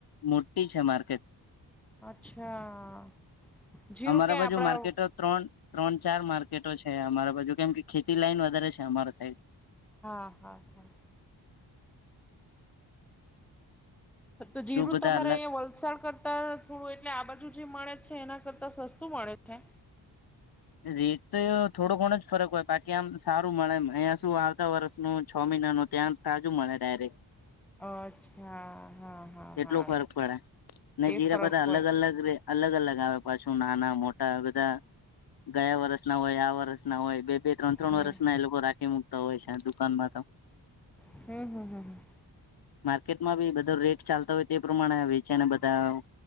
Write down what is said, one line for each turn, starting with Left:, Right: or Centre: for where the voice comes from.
Left: મોટી છે માર્કેટ
Centre: અચ્છા જીરું
Left: અમારા
Centre: ક્યા
Left: બાજુ
Centre: આપડા
Left: માર્કેટો ત્રણ ત્રણ ચાર માર્કેટો છે અમારા બાજુ કેમ કે ખેતી લાઈન વધારે છે અમારા સાઈડ
Centre: હા હા હા તો જીરું
Left: બધા
Centre: તમારે
Left: અલગ
Centre: અહીંયા વલસાડ કરતા થોડું એટલે આ બાજુ જે મળે છે એના કરતાં સસ્તું મળે છે
Left: રેત થોડો ઘણ જ ફરક હોય બાકી આમ સારું મળે એમ અહીંયા શું આવતા વર્ષનું છ મહિનાનું ત્યાં તાજું મળે ડાયરેક્ટ
Centre: અચ્છા હા હા
Left: એટલુ
Centre: હા
Left: ફરક પડે ને
Centre: એ
Left: જીરા
Centre: ફરક
Left: બધા
Centre: પડે
Left: અલગ અલગ રે અલગ અલગ આવે પાછું નાના મોટા બધા ગયા વરષ ના હોય આ વરષ ના હોય બે બે ત્રણ ત્રણ
Centre: હમ
Left: વરષના
Centre: હમ
Left: એ લોકો રાખી મુ તા હોય છે દુકાનમાં તો
Centre: હ હ હ હ
Left: માર્કેટમાં બી બધો રેટ ચાલતો હોય તે પ્રમાણે આ વેચે ને બધા